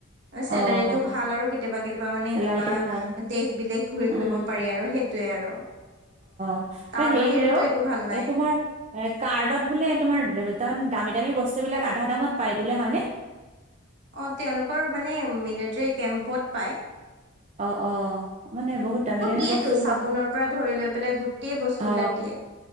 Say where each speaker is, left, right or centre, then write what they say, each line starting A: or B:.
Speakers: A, on the right; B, on the right.
A: চেলৰিতটো
B: অ',
A: ভাল আৰু কেতিয়াবা কেতিয়াবা মানে
B: চেলাৰীটো
A: এনেকুৱা
B: ভাল
A: দেশ বিদেশ ঘূৰি
B: উম,
A: ফুৰিব পাৰি আৰু সেইটোয়ে আৰু
B: ন
A: তাৰ
B: হেৰি
A: বাহিৰেতো
B: বোলে অ
A: একো ভাল নাই
B: এই তোমাৰ এ কাৰ্ডত বোলে তোমাৰ তমান দামী দামী বস্তুবলাক আধা দামত পায় বোলে হয়নে
A: অ তেওঁলোকৰ মানে মিলিটৰী কেম্পত পায়
B: অ অ মানে বহুত দামী দামী
A: দিয়েতো
B: বস্তু বিলাকৰ
A: চাবোনৰ পৰা ধৰি লৈ পেলাই গোটেই বস্তু
B: অ
A: বিলাক দিয়ে